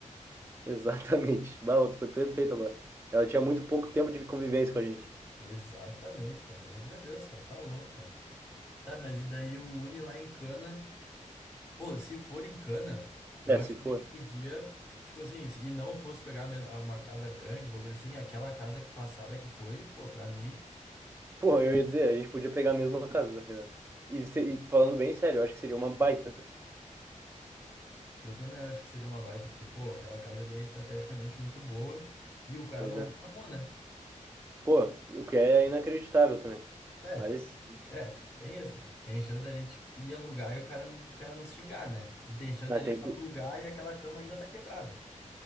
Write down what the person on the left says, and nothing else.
Exatamente, cara. Exatamente. Meu Deus, cara, tá louco, cara. Tá, mas e daí o Uni lá em Cana? Pô, se for em Cana, eu
acho
que
a gente podia, tipo assim, se não fosse pegar me- uma casa grande, um bagulho assim, aquela casa passada que foi, pô, pra mim.
Eu também acho que seria uma baita, porque, pô, aquela casa ali é estrategicamente muito boa e o cara
não
reclamou, né?
É,
é, tem isso, né? Tem chance da gente ir alugar e o cara, o cara nos xingar, né? E tem chance
da gente
alugar e aquela cama ainda tá quebrada.